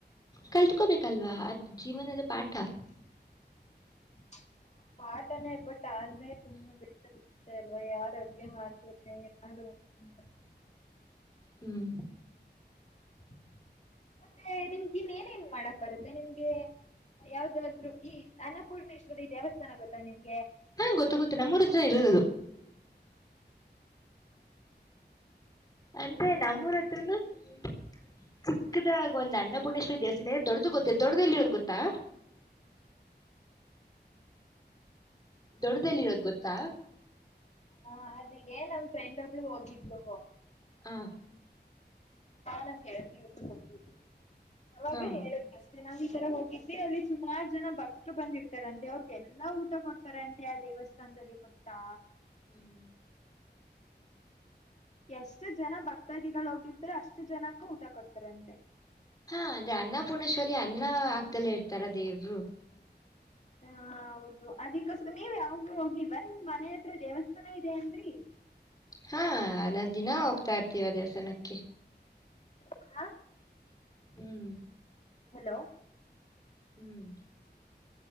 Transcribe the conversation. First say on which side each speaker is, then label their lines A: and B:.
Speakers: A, on the left (about 20°); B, on the left (about 40°).
A: ಕಲ್ತ <unintelligible> ಬೇಕಲ್ವಾ ಅದ್ ಜೀವನದ ಪಾಠ
B: <unintelligible> ಪಾಠನೆ ಬಟ್ ಠ ಅಂದ್ರೆ <unintelligible> ತುಂಬಾ <unintelligible> ಯಾರು ಅಡಿಗೆ ಮಾಡ್ತಾರೆ ಯಾರು ಅಂತ
A: ಹ್ಮ್
B: <unintelligible> ಮತ್ತೆ ನಿಮ್ಗ ಇನ್ನೇಏನೇನ್ ಮಾಡಕ್ ಬರುತ್ತೆ ನಿಮ್ಗೆ ಯಾವ್ದಾದ್ ಈ ಅನ್ನಪೂರ್ಣೇಶ್ವರಿ ದೇವಸ್ಥಾನ ಗೊತ್ತಾ ನಿಮ್ಗೆ
A: ಹಾ ಗೊತ್ತು ಗೊತ್ತು ನಮ್ಮರು ಸ ಇಲ್ಲೇ ರೋದದು ಅಂದ್ರೆ ನಮ್ಮೂರ ಹತ್ರನು <inaudible> ಚಿಕ್ಕದಾಗಿ ಒಂದ್ ಅಣ್ಣಪು ಪುಶ್ವ ದೇವನೇ ದೊಡದು ಗೊತ್ತತ್ತು ದೊಡ್ಡದಲ್ಲಿರೋದು ಗೊತ್ತಾ ದೊಡ್ಡ್ದದಲ್ಲಿರೋದು ಗೊತ್ತಾ
B: ಹ ಅದ <unintelligible> ನ್ ನಮ್ ಫ್ರೆಂಡ್ ಒಬ್ಳು ಹೋಗಿದ್ಲು
A: ಹಾ
B: ನನ್ ಗೆಲ್ತೆ ಒಬ್ಬಳು ಹೋಗಿದ್ಲು ಅವಾಗ
A: ಹಾ
B: ಹೇಳುದಷ್ಟ ನಾವ್ ಈ ತರ ಹೋಗಿದ್ವಿ ಅಲ್ಲಿ ಸುಮಾರು ಜನ ಭಕ್ತರು ಬಂದಿರ್ತಾರಂತೆ ಅವ್ರಿಗೆಲ್ಲಾ ಊಟ ಕೊಡ್ತಾರಂತೆ ಆ ದೇವಸ್ಥಾನದಲ್ಲಿ ಗೊತ್ತಾ
A: ಹ್ಮ್
B: ಎಷ್ಟು ಜನ ಭಕ್ತಾದಿಗಳು ಹೋಗಿರ್ತಾರ ಅಷ್ಟು ಜನಕು ಊಟ ಕೊಡ್ತಾರಂತೆ
A: ಹಾ ಅಂದ್ರೆ ಅನ್ನಪೂರ್ಣೇಶ್ವರಿ ರಿ ಅನ್ನ ಹಗ್ದಲ್ಲ ಇರ್ತಾರ ದೇವರು
B: ಹ ಹೌದು ಅದಕ್ಕೋಸ್ಕರ ನೀವ್ ಯಾವಾಗೂ ಹೋಗಿಲ್ವಾ ನಿಮ್ ಮನೆ ಹತ್ರ ದೇವಸ್ಥಾನ ಇದೆ ಅಂದ್ರಿ
A: ಹ್ಮ ಹದ ದಿನ ಹೋಗ್ತಾ ಇರ್ತೀವ ದೇವಸ್ಥಾನಕ್ಕೆ
B: <unintelligible> ಹಾ
A: ಹ್ಮ್
B: ಹಲೋ
A: ಹ್ಮ್